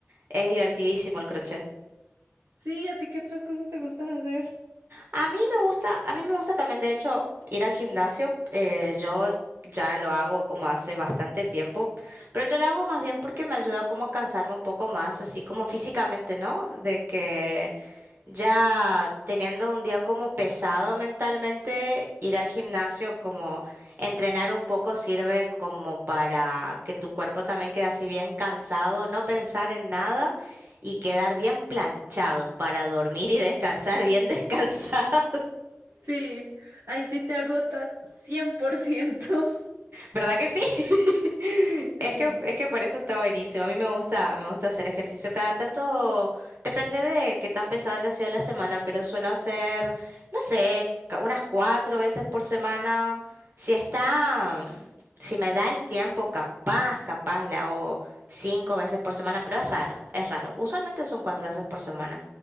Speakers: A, on the right; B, on the right.
A: Es divertidísimo el crochet.
B: Sí, ¿a ti qué otras cosas te gustan hacer?
A: A mí me gusta, a mí me gusta también, de hecho, ir al gimnasio. Eh, yo ya lo hago como hace bastante tiempo, pero yo lo hago más bien porque me ayuda como a cansarme un poco más, así como físicamente, ¿no? De que ya teniendo un día como pesado mentalmente, ir al gimnasio, como entrenar un poco sirve como para que tu cuerpo también quede así bien cansado, no pensar en nada y quedar bien planchado para dormir y <laughs> descansar bien descansado.
B: Sí, ahí sí te agotas 100%. <laughs>
A: ¿Verdad que sí? <laughs>
B: Sí,
A: Es que, es que por eso está buenísimo. A mí me gusta, me gusta hacer ejercicio cada tanto, depende de qué tan pesada haya sido la semana, pero suelo hacer, no sé, ca- unas cuatro veces por semana. Si está, mm, si me da el tiempo, capaz, capaz le hago cinco veces por semana, pero es raro, es raro. Usualmente son cuatro veces por semana.